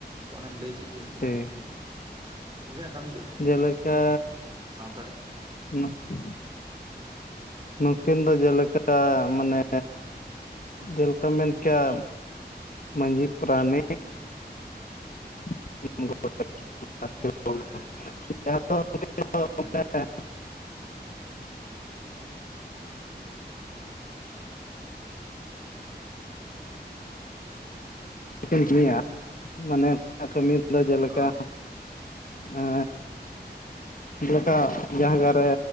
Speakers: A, on the right (about 25°); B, on the left (about 50°).
A: ᱛᱚ ᱚᱱᱮᱢ ᱞᱟᱹᱭ ᱠᱮᱫ ᱠᱤᱱ ᱩᱱᱠᱤᱱᱟᱜ
B: ᱴᱷᱤᱠ
A: ᱧᱩᱛᱩᱢ ᱩᱱᱠᱤᱱᱟᱜ ᱠᱟᱹᱢᱤ ᱪᱮᱫ ᱛᱟᱹᱠᱤᱱ
B: ᱡᱮᱞᱮᱠᱟ
A: ᱥᱟᱶᱛᱟᱨᱮ
B: <unintelligible> ᱱᱩᱠᱤᱱ ᱫᱚ ᱡᱮᱞᱮᱠᱟ ᱢᱟᱱᱮ ᱡᱮᱞᱮᱠᱟᱢ ᱢᱮᱱ ᱠᱮᱭᱟ ᱢᱟᱹᱡᱷᱤ ᱯᱟᱨᱟᱱᱤᱠ <unintelligible>
A: ᱜᱚᱰᱮᱛ ᱦᱮᱸ ᱦᱮᱸ
B: <unintelligible> ᱢᱟᱱᱮ ᱠᱟᱹᱢᱤ ᱫᱚ ᱡᱮᱞᱮᱠᱟ
A: ᱦᱳᱭ
B: ᱦᱮ ᱡᱮᱞᱮᱠᱟ ᱡᱟᱸᱦᱟ ᱠᱚᱨᱮ